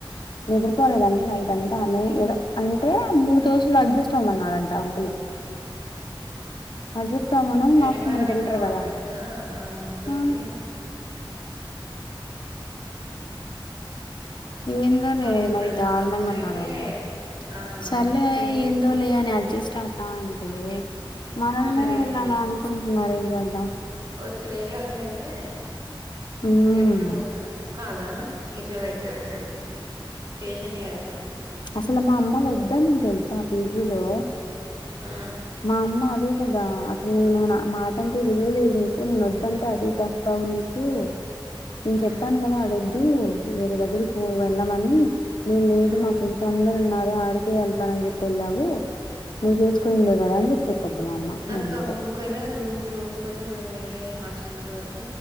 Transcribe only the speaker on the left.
నిద్రపోలేదండి నైట్ ఇదంతా అనే ఏదో అంటే మూడు రోజులు అడ్జస్ట్ అవ్వమన్నారుంట ఆ అంకులు అడ్జస్ట్ అవ్వమను,
ఆఫ్టర్నూన్ తింటారు
కదా
అంట
ఆ
ఏందో లే
మరి దారుణంగా
ఉన్నారు
వాళ్ళ
సరలే
ఏందో లే అని అడ్జస్ట్ అవ్ స్తా అంటే మనల్నే
వాళ్ళు
అలా
అనుకుంటున్నారు ఏం చేద్దాం
ఉమ్
అసలు మా అమ్మ వద్దు అన్నది తెలుసా ఆ పీజీలో
మా అమ్మ అదే కదా అసలు నేను నా మాట అంటే విలువలేదు నీకు నేను వద్దంటే అదే చేస్తా స్తావు నీకు నేను
చెప్పాను కదా అడొద్దు వేరే దగ్గర పో వెళ్ళమని నేను లేదు
మా ఫ్రెండ్స్ అందరు ఉన్నారు ఆడికే వెళ్తానాని చెప్పి వెళ్ళావు నువ్వు చేసుకుందే కదా అని చెప్పిద్ది మా అమ్మ నేనంటే